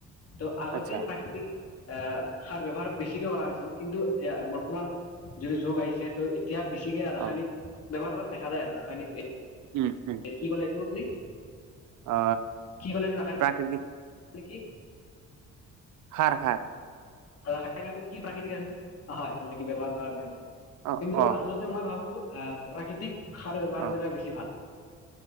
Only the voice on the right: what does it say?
আচ্ছা
অ
উম উম
অ
প্ৰাকৃতিক
হাৰ হাৰ
অ
অ
অ